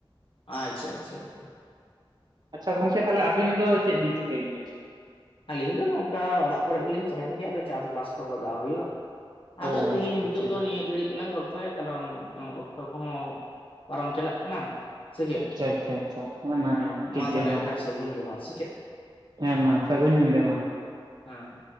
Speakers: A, on the left (about 75°); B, on the right (about 50°).
A: ᱟᱪᱪᱷᱟ ᱟᱪᱪᱷᱟ ᱟᱪᱪᱷᱟ᱾
B: ᱟᱪᱪᱷᱟ ᱜᱚᱝᱠᱮ ᱛᱟᱦᱚᱞᱮ ᱟᱵᱤᱱ ᱫᱚ ᱪᱮᱫ ᱵᱤᱱ ᱪᱤᱠᱟᱹᱭ ᱜᱮᱭᱟ?
A: ᱟᱹᱞᱤᱧ ᱫᱚ ᱱᱚᱝᱠᱟ ᱚᱲᱟᱜ ᱠᱚᱨᱮ ᱜᱮᱞᱤᱧ ᱛᱟᱦᱮᱱ ᱜᱮᱭᱟ, ᱟᱫᱚ ᱪᱟᱥᱵᱟᱥ ᱠᱚ ᱵᱟᱜᱟᱣ ᱦᱩᱭᱩᱜᱼᱟ᱾ ᱟᱫᱚ
B: ᱚ ᱟᱪᱪᱷᱟ
A: ᱛᱮᱦᱤᱧ
B: ᱟᱪᱪᱷᱟ
A: ᱱᱤᱛᱚᱜ ᱫᱚ ᱱᱤᱭᱟᱹ ᱜᱷᱟᱹᱲᱤᱡ ᱜᱮᱞᱟᱝ ᱜᱚᱞ ᱯᱨᱟᱭ ᱠᱟᱨᱚᱱ ᱚᱠᱛᱚ ᱠᱚᱦᱚᱸ ᱯᱟᱨᱚᱢ ᱪᱟᱞᱟᱜ ᱠᱟᱱᱟ᱾ ᱥᱮᱪᱮᱫ?
B: ᱟᱪᱪᱷᱟ ᱟᱪᱪᱷᱟ ᱟᱪᱪᱷᱟ ᱢᱟ
A: ᱦᱮᱸ
B: ᱴᱷᱤᱠ
A: ᱢᱟ
B: ᱜᱮᱭᱟ
A: ᱛᱟᱦᱚᱞᱮ ᱮᱱᱠᱷᱟᱱ ᱥᱟᱹᱜᱩᱱ ᱡᱚᱦᱟᱨ ᱥᱮᱪᱮᱫ?
B: ᱦᱮᱸ ᱢᱟ ᱥᱟᱹᱜᱩᱱ ᱧᱤᱫᱟᱹ ᱢᱟ᱾
A: ᱦᱮᱸ᱾